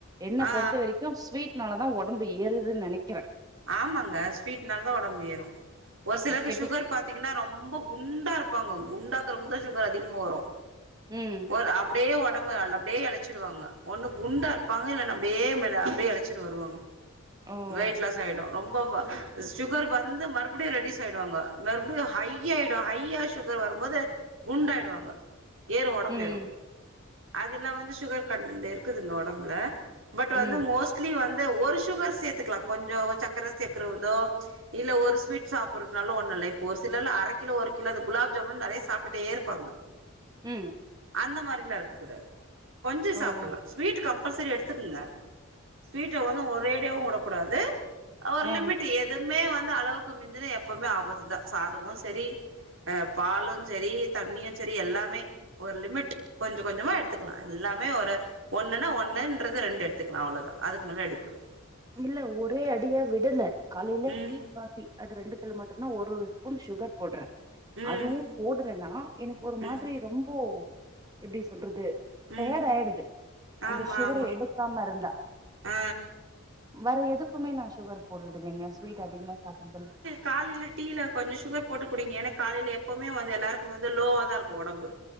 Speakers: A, on the right (about 20°); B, on the right (about 65°).
A: என்ன
B: ஆ.
A: பொறுத்த வரைக்கு ஸ்வீட்னாலதா ஒடம்பு ஏறுதுன் நெனைக்கிறே
B: ஆமாங்க ஸ்வீட்னால தா ஒடம்பு ஏறு ஒரு சிலருக்கு
A: கெட்டு
B: சுகர் பாத்தீங்கன்னா ரொம்ப குண்டா இருப்பாங்க குண்டாக்குறவங்ளுக்கு தா சுகர் அதிகமா வரு
A: ம்
B: ஒர் அப்டியே ஒடம்பு அல்ல அப்டியே எழச்சுருவாங்க ஒன்னு குண்டா இர்ப்பாங்க இல்லனா அப்டியே மெல் அப்டியே எழச்சுனு வருவாங்க
A: ஓ!
B: வெயிட்லாஸ் ஆயிடு ரொம்ப சுகர் வந்து மறுப்டியு ரெடியூஸ் ஆயிடுவாங்க மறுப்டியு ஹைய் ஆயிடு ஹைய்யா சுகர் வருபோது குண்டாயிடுவாங்க ஏறு ஒடம்பு
A: ம்,
B: ஏறு அதுல்ல வந்து சுகர் கண்டன்ட் இருக்குதுங்க ஒடம்புல பட் வந்து
A: ம்,
B: மோஸ்ட்லி வந்து ஒரு சுகர் சேத்துக்லா கொஞ்சோ சக்கர சேக்றதோ இல்ல ஒரு ஸ்வீட் சாப்புறதுனால ஒண்ணு இல்ல இப்ப ஒரு சிலர்ல அர கிலோ ஒரு கிலோ அந்த குலாப் ஜாமுன் நெறைய சாப்ட்டுடே இருப்பாங்க
A: ம்
B: அந்த மாரிலா இருக்க கூடாது கொஞ்சோ
A: ஓ!
B: சாப்புலா
A: ஓ!
B: ஸ்வீட் கம்பல்சரி எடுத்துக்குங்க ஸ்வீட்ட வந்து ஒரேடியாவு வுடகூடாது ஒரு
A: ஆ.
B: லிமிட் எதுமே வந்து அளவுக்கு மிஞ்சுன எப்போமே ஆபத்துதா சாதமு செரி அ பாலு செரி தண்ணியு செரி எல்லாமே ஒரு லிமிட் கொஞ்ச கொஞ்சமா எடுத்துக்லா எல்லாமே ஒரு ஒன்னுன்னா ஒன்னுன்றது ரெண்டு எடுத்துக்லா அவ்ளோதா அதுக் மேல எடுக் கூடாது
A: இல்ல ஒரே அடியா விடல காலைலே
B: ம்
A: டீ காஃபி அது ரெண்டுத்துல மட்டுதா ஒரு ஒரு ஸ்பூன் சுகர் போட்றே
B: ம்
A: அதுவு போட்றேனா எனக்கு ஒரு மாத்ரி
B: ம்
A: ரொம்போ எப்டி சொல்றது
B: ம்
A: டயர்ட் ஆயிடுது அந்த
B: ஆமா
A: சுகர்
B: ஆமா
A: எடுக்காம இருந்தா
B: ஆ
A: வேற எதுக்குமே நா சுகர் போட்றது இல்லைங்க ஸ்வீட் அதிகமா சாப்புறதுல
B: காலைல டீல கொஞ்சோ சுகர் போட்டு குடிங்க ஏன்னா காலைல எப்பவ்மே வந்து எல்லாருக்கு வந்து லோவாதா இருக்கு ஒடம்பு